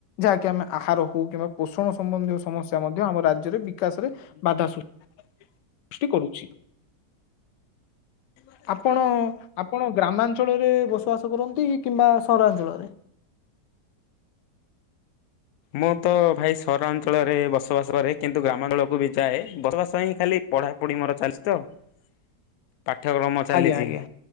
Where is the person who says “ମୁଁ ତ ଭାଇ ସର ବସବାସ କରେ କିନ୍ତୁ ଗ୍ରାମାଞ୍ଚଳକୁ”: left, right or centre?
Left